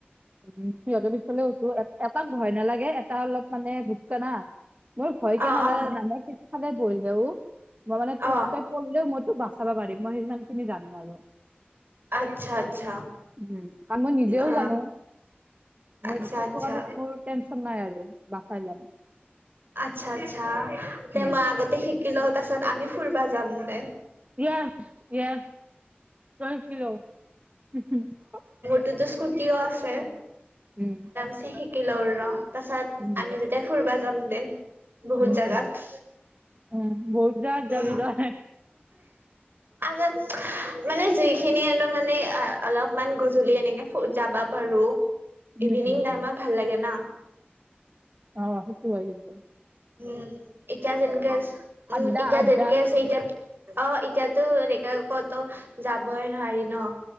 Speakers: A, on the right (about 35°); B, on the right (about 60°).
A: উ সিহঁতৰ পিচফালে উঠো, এটাক ভয় নালাগে, এটা অলপ মানে <unintelligible> মোৰ ভয় কিয়া
B: অ
A: নালাগে
B: অ
A: জানা? মে পিছফালে বহহেও মই মানে তোক
B: অ
A: কৰিলেও মইতো বচাব পাৰিম মই সিমান খিনি জানো আৰু।
B: আচ্ছা আচ্ছা
A: উ কাৰণ মই নিজেও
B: অ
A: জানো। ন
B: আচ্ছা
A: বিশটো
B: আচ্ছা
A: কাৰণত মোৰ টেনচন নাই আৰু বাচাই ল'ম।
B: আচ্ছা আচ্ছা তে
A: উম।
B: মই আতে শ কিল তাছত আমি ফুৰিবা যাম নে।
A: <unintelligible>
B: ততো স্কুটিও আছে।
A: উম।
B: চে শিকি লও ৰ তাৰ পাছত
A: উম
B: আমি যেতিয়া ফুুৰবা যাম দে। বহুত
A: উম
B: জাগাত,
A: উম। উম বহুত জাগাত যাবি
B: উ।
A: তই।
B: আগ মানে যিখিনিনো মানে অলপমান গজলি এনেকে যাবা পাৰো।
A: উম
B: ইভিনিং
A: উম
B: টাইমত
A: উম
B: ভাল লাগে না।
A: অ' সতো হাগিত।
B: উম এতিয়া যেনেকে আছে উম
A: আড্ডা
B: এতিয়া
A: আড্ডা
B: যেনেকে আছে এতিয়া অ' এতিয়াতো এনেক কতো যাবইে নোৱাৰি ন।